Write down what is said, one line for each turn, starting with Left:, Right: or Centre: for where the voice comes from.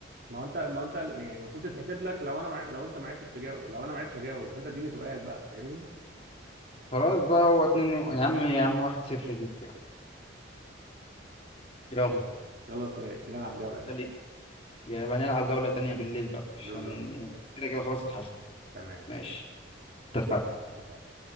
Right: ما هو انت ما هو انت يعني المفروض تتحسب لك لو انا مع... لو انت ما عرفتش تجاوب لو انا ما عرفتش اجاوب فانت اديني سؤال بقى فاهمني
Left: خلاص بقى هو اتنين و... يا عم يا عم واحد صفر ليك يعني يلا
Right: خلاص ماشي نلعب جولة
Left: انت
Right: تانية
Left: ليك يبقى نلعب جولة تانية بالليل بقى عشان
Right: بالظبط
Left: كده كده خلاص اتحسن
Right: تمام
Left: ماشي
Right: ماشي
Left: اتفقنا
Right: اتفقنا.